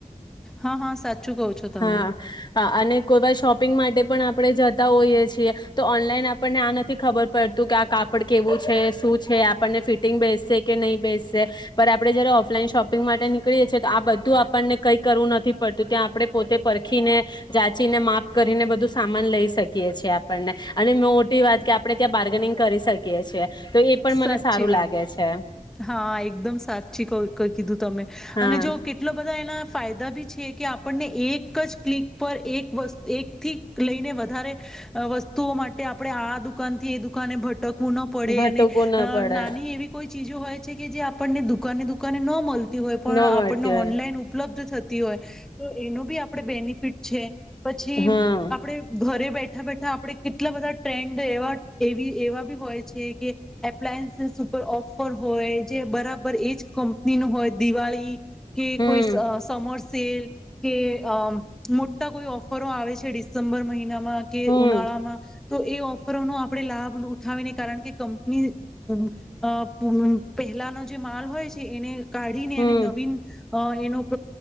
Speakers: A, in the centre; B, on the left.
A: હા હા સાચું કહો છો તમે
B: હા અને કોઈ વાર શોપિંગ માટે પણ આપણે જતા હોઈએ છીએ તો ઓ નલાઈન આપણને આ નથી ખબર પડતું કે, આ કાપડ કેવું છે શું છે, આપણને ફિટિંગ બેસશે કે નહીં બેસશે પર આપણે જારે ઓફલાઈન શોપિંગ માટે નીકળીએ છીએ તો આ બધું આપણને કઈ કરવું નથી પડતું ત્યાં આપણે પોતે પરખીને જાચીને માફ કરીને બધું સામાન લઈ શકીએ છીએ આપણને અને મોટી વાત કે આપણે ત્યાં બાર્ગનિંગ કરી શકીએ છીએ. તો એ પણ
A: સાચી
B: મને સારું
A: વાત
B: લાગે છે
A: હા એકદમ સાચી ક કીધું તમે
B: હા
A: અને જો કેટલા બધા એના ફાયદા બી છે કે, આપણને એક જ ક્લિક પર એક એકથી લઈને વધારે વસ્તુઓ માટે આપણે આ દુકાનથી એ દુકાને ભ ટકવું ના પડે
B: ભટકવું
A: અને
B: ના પડે
A: નાની એવી કોઈ ચીજો હોય છે કે જે આપણને દુકાને દુકાને ન મલ તી હોય પણ
B: ન
A: આપણને
B: મળતી હોય
A: ઓનલાઈન ઉપલબ્ધ થતી હોય તો એનો બી આપણે બેનિફિટ છે. પછી
B: હા
A: આપણે ઘરે બે બેઠા બેઠા આપણે કેટલા બધા ટ્રેન્ડ એવા એવી એવા બી હોય છે કે એપ્લાયન્સીસ ઉપર ઓફર હોય જે બરાબર એજ કંપની નું હોય દિવાળી કે
B: હમ
A: કોઈ સ સમરસ સેલ‌ કે અ મોટા કોઈ ઓફરો આવે છે ડિસેમ્બર મહિ નામાં કે
B: હમ
A: ઉનાળા માં તો એ ઓ ફરનો આપણે લાભ લૂઠાવીને કારણ કે કં <unintelligible> નીપહેલાનો જે માલ કાઢીને
B: હમ
A: અને નવીન અ એનું ક